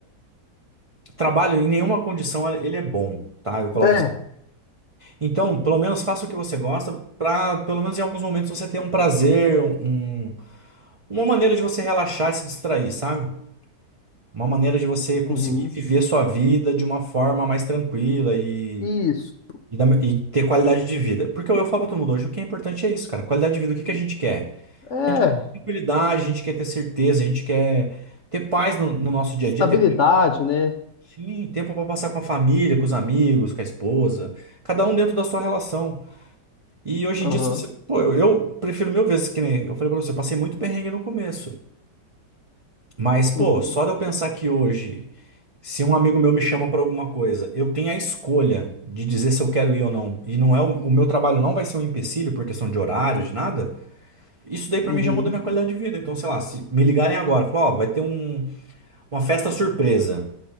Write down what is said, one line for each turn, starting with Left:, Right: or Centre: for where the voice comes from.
Right: Trabalho em nenhuma condição é, ele é bom. Tá, eu coloco
Left: É.
Right: assim. Então, pelo menos faça o que você gosta, pra pelo menos em alguns momentos você ter um prazer, um, uma maneira de você relaxar e se distrair, sabe? Uma maneira de você conseguir
Left: Uhum.
Right: viver sua vida de uma forma mais tranquila e,
Left: Isso.
Right: e, da- e ter qualidade de vida. Porque eu, eu falo pra todo mundo hoje, o que é importante é isso, cara. Qualidade de vida, o que que a gente quer?
Left: É.
Right: A gente quer tranquilidade, a gente quer ter certeza, a gente quer ter paz no, no nosso dia
Left: Estabilidade,
Right: a dia, ter tempo,
Left: né?
Right: sim, tempo para passar com a família, com os amigos, com a esposa, cada um dentro da sua relação. E hoje
Left: Aham.
Right: em dia, se você. Pô, eu, eu prefiro mil vezes que nem. Eu falei pra você, eu passei muito perrengue no começo. Mas, pô,
Left: Uhum.
Right: só de eu pensar que hoje. Se um amigo meu me chama para alguma coisa, eu tenho a escolha de dizer se eu quero ir ou não. E não é o, o meu trabalho não vai ser um empecilho por questão de horário, de nada. Isso daí para
Left: Uhum.
Right: mim já muda minha qualidade de vida. Então, sei lá, se me ligarem agora, falar, ó, vai ter um- uma festa surpresa.